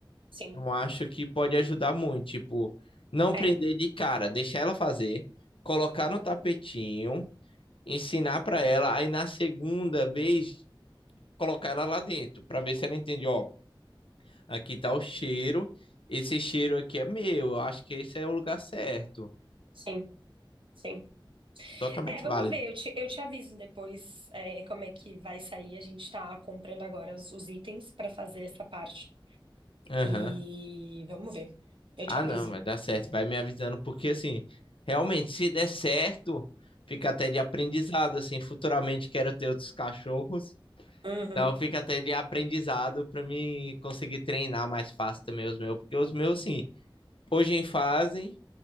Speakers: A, on the right; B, on the left.
A: sim.
B: eu acho que pode ajudar muito. Tipo, não prender
A: É,
B: de cara, deixar ela fazer, colocar no tapetinho, ensinar para ela, aí na segunda vez colocar ela lá dentro, para ver se ela entende, ó, aqui tá o cheiro, esse cheiro aqui é meu, eu acho que esse é o lugar certo.
A: sim, sim.
B: Totalmente
A: É, vamos
B: válido.
A: ver, eu te, eu te aviso depois, é, como é que vai sair. A gente tá comprando agora os, os itens pra fazer essa parte.
B: Aham.
A: E vamos ver. Eu
B: Ah,
A: te aviso.
B: não, vai dar certo. Vai me avisando, porque assim, realmente, se der certo, fica até de aprendizado. Assim, futuramente quero ter outros cachorros.
A: Uhum,
B: Então fica até de aprendizado para mim conseguir treinar mais fácil também os meus, porque os meus, sim, hoje em fazem,